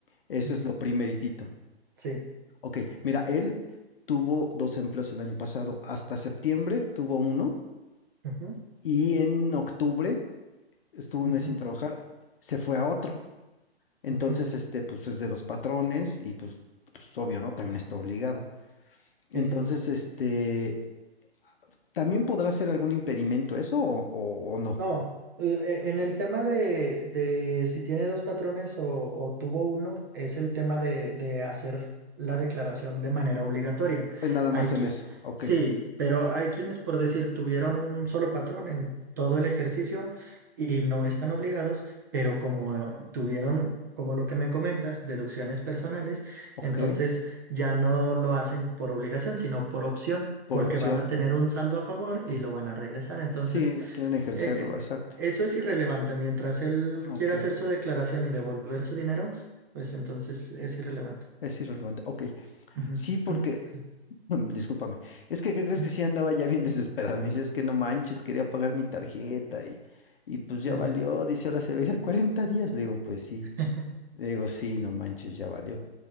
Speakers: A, on the left (about 60°); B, on the right (about 20°).
A: eso
B: Ujú,
A: es lo primeritito.
B: Sí.
A: Ok, mira, él tuvo dos empleos el año pasado, hasta septiembre tuvo uno
B: Ujú,
A: y en octubre estuvo un
B: ujú,
A: mes sin trabajar, se fue a otro. Entonces,
B: ujú,
A: este, pues es de dos patrones y pues, pues obvio, ¿no? También está obligado. Entonces,
B: Sí.
A: este, ¿también podrá ser algún impedimento eso o, o o no?
B: No, eh, eh, en el tema de, de si tiene dos patrones o, o tuvo uno, es el tema de, de hacer la declaración de manera obligatoria.
A: Es nada más
B: Hay
A: en
B: que,
A: eso, ok,
B: sí, pero hay quienes, por decir, tuvieron un solo patrón en todo el ejercicio y no están obligados, pero como tuvieron, como lo que me comentas, deducciones personales,
A: ok,
B: entonces ya no lo hacen por obligación, sino por opción,
A: por
B: porque
A: opción.
B: van a tener un saldo a favor y lo van a regresar. Entonces...
A: Sí, quieren ejercerlo,
B: Eh,
A: exacto.
B: eh, eso es irrelevante. Mientras él
A: Ah,
B: quiera
A: ok.
B: hacer su declaración y devolver su dinero, pues entonces es irrelevante.
A: Es irrelevante. Ok.
B: Ujú.
A: Sí, porque,
B: <clears throat>
A: <clears throat> mm, discúlpame. Es que, ¿qué crees
B: Ujú.
A: que sí andaba ya bien <laughs> desesperado? Me dice, es que no manches, quería pagar mi tarjeta y, y pues
B: Sí.
A: ya valió. Dice, ahora se va a ir a 40 días. Le digo, pues sí.
B: <laughs>
A: Le digo, sí, no manches, ya valió.